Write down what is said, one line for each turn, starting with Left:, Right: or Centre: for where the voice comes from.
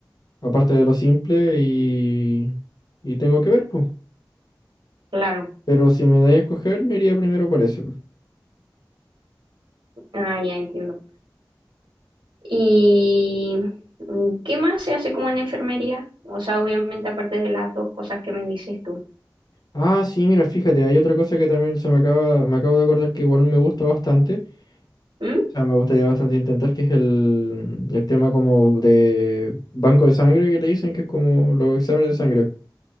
Left: aparte de lo simple y, y tengo que ver, pues.
Right: Claro,
Left: Pero si me dais a escoger, me iría primero por eso.
Right: ah, ya entiendo. ¿Y mm, qué más se hace como en enfermería? O sea, obviamente aparte de las dos cosas que me dices tú.
Left: Ah, sí, mira, fíjate, hay otra cosa que también se me acaba, me acabo de acordar que igual me gusta bastante.
Right: ¿Mm?
Left: O sea, me gustaría bastante intentar, que es el, el tema como de banco de sangre que le dicen, que es como los exámenes de sangre.